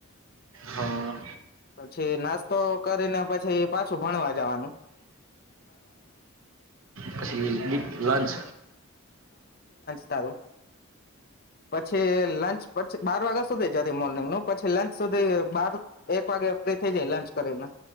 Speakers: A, on the right; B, on the left.
A: હા
B: પછી નાસ્તો કરીને પછી પાછું ભણવા જાવાનું.
A: પછી બી લંચ
B: તારો પછી લંચ પછ બાર વાગ્યા સુધી જ હતી મોર્નિંગ નું, પછી લંચ સુધી બાર એક વાગે થઈ જાય લંચ કરીને,